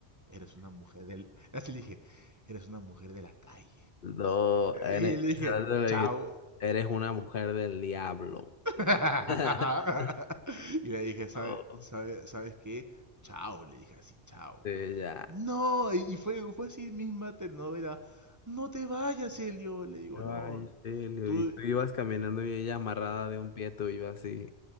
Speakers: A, on the right; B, on the left.
A: Eres una mujer del... Así le dije, eres una mujer de la calle.
B: No, eres,
A: Y le dije,
B: no te lo
A: chao.
B: dije, eres una mujer del diablo.
A: <laughs>
B: <laughs>
A: Y le dije, ¿sabe,
B: No,
A: sabes sabes sabes qué? Chao, le dije así, chao.
B: sí, ya.
A: No, y y fue, fue así misma telenovela. No te vayas, Elio. Le digo,
B: Ay,
A: no,
B: sí, Leo,
A: tú...
B: y tú ibas caminando y ella amarrada de un pie, tú ibas así.